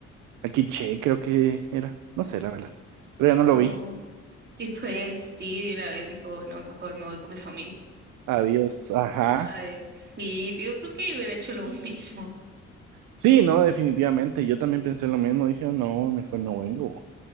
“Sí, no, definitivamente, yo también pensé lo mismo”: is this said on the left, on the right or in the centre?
Right